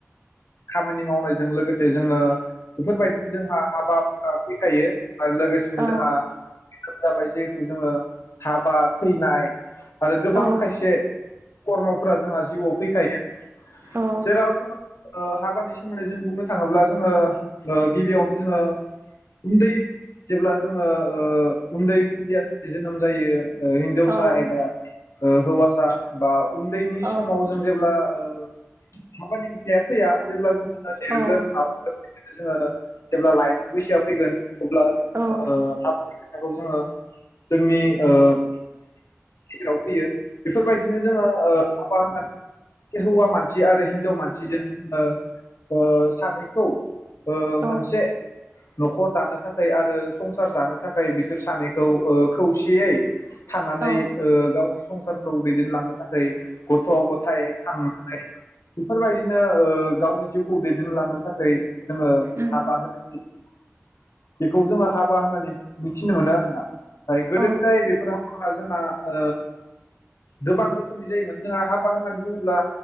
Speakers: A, on the left (about 70°); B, on the right (about 55°).
A: खामानि मावनायजों लोगोसे जोंङो बेफोरबायदिनो जोंहा हाबाफोरा फैखायो आरो लोगोसेनो
B: औ
A: जोंहा जाबाय जिहेथु जोंङो हाबा थैनाय आरो गोबां
B: औ
A: खायसे खर्मफोरा जोंहा जिउआव फैखायो
B: औ
A: जेराव जोंङो ओ हाबानि सोमोन्दै जों बुंनो थाङोब्ला जोंङो ओ गिबियावनो जोंङो उन्दै जेब्ला जोंङो ओ उन्दै खुदिया सासे जोनोम जायो हिनजावसा
B: औ
A: एबा ओ हौवासा बा उन्दैनि समाव
B: औ
A: जों जेब्ला ओ हाबानि फैया जेब्ला जों देरगोन
B: औ
A: लावगोन जोंङो जेब्ला लाइमोन बैसोआ फैगोन अब्ला
B: उम
A: ओ आब खोथाखौ जोंङो जोंनि ओ गेजेराव फैयो। बेफोरबायदिनो जोंङो ओ हाबा होननानै हौवा मानसि आरो हिनजाव मान <unintelligible> ओ सानै। <unintelligible> ओ
B: औ
A: मोनसे न'खर दानो थाखाय आरो संसार जानो थाखाय बिसोर सानैखौ ओ खौसेयै थानानै
B: औ
A: ओ गावनि संसारखौ दैदेनलांनो थाख ऐ गथ' गथाय खांनाय बेफोरबायदिनो ओ गावनि जिउखौ दैदेनलांनो थाखाय जोंङो
B: उम
A: हाबा होनायनि खौ जोंङो हाबा होननानै मिथिनो मोनो आरोना दा गोदो
B: औ
A: गोदाय बेफोर हाबा जोंना ओ गोबां रोखोमनि जायोमोन जोंहा हा बा होननानै बुङोब्ला